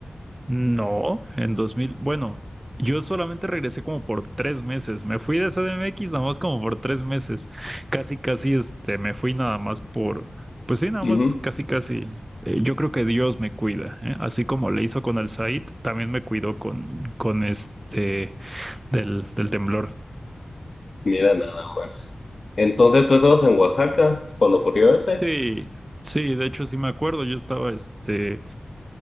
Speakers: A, on the right; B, on the left.
A: No, en 2000. bueno, yo solamente regresé como por tres meses, me fui de C D M X nada más como por tres meses, casi casi este, me fui nada más por, pues sí, nada
B: Ujú.
A: más casi casi, eh, yo creo que Dios me cuida, ¿eh? Así como le hizo con el Said, también me cuidó con, con este, del, del temblor.
B: Mira nada más. Entonces tú estabas en Oaxaca cuando ocurrió ese.
A: Sí, sí, de hecho sí me acuerdo, yo estaba este